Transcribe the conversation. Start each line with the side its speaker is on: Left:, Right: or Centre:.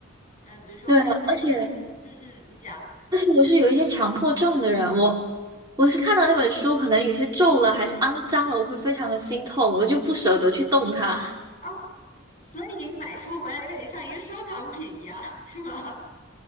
Left: 嗯，比如说我在外面，
Right: 对，而且。
Left: 嗯嗯，你讲
Right: 但是我是有一些强迫症的人，我我是看到那本书，可能有些皱了还是肮脏了，我会非常的心痛，我就不舍得去动它。
Left: 啊，所以买书回来有点像一个收藏品一样，是吗？